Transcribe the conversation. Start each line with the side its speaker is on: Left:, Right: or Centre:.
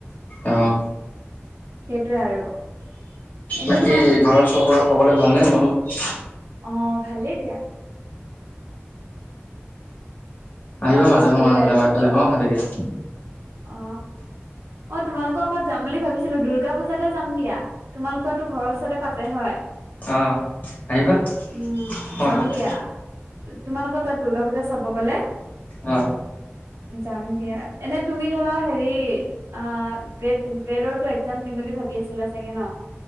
Left: অ
Right: সেইটোৱে আৰু। এনেও
Left: বাকী
Right: তোমাৰ তুমি
Left: ঘৰত চব সকলোৱে ভাল নে তোমালোকৰ?
Right: অঁ ভালেই দিয়া। তোমালোকৰ
Left: আহিবা মাজে
Right: ভালেই
Left: সময়ে নহ'লে
Right: আৰু
Left: আমাৰ এইফালে। অঁ ভালে দিয়া।
Right: অ, অ, তোমালোকৰ ঘৰত যাম বুলি ভাবিছিলো দুূৰ্গা পূজাতে যাম দিয়া। তোমালোকৰ তো ঘৰৰ ওচৰতে পাতে হয়?
Left: অ আহিবা
Right: উম,
Left: সময়
Right: যাম
Left: পালে
Right: দিয়া। তোমালোকৰ তাত দূৰ্গা পূজা চাব গলে
Left: অ
Right: যাম দিয়া, এনে- তুমি ধৰা হেৰি - অ গ্ৰেড গ্ৰেডৰটো একজাম দিম বুলি ভাবি আছিলা চাগে ন?